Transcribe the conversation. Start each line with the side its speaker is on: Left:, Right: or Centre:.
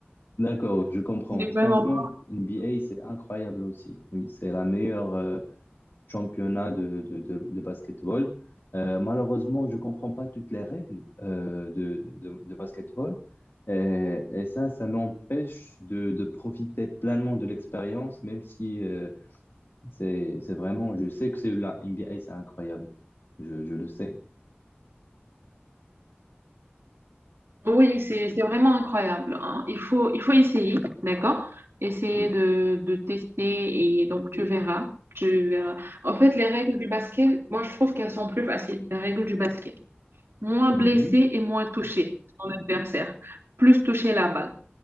Left: D'accord, je comprends.
Right: Ce n'est vraiment
Left: Franchement, NBA, c'est incroyable aussi. Oui, c'est la meilleure. euh, championnat de, de, de, de basketball. Euh, malheureusement, je comprends pas toutes les règles euh, de, de, de basketball. Et, et ça, ça m'empêche de, de profiter pleinement de l'expérience, même si euh, c'est, c'est vraiment, je sais que c'est la NBA, c'est incroyable. Je, je le sais.
Right: Oui, c'est c'est vraiment incroyable. hein. Il faut, il faut essayer, d'accord? Essayer
Left: Oui.
Right: de, de tester et donc tu verras. Tu verras. En fait, les règles du basket, moi, je trouve qu'elles sont plus faciles, les règles du basket. Moins
Left: Mhm.
Right: blessé et moins touché son adversaire. Plus toucher la balle,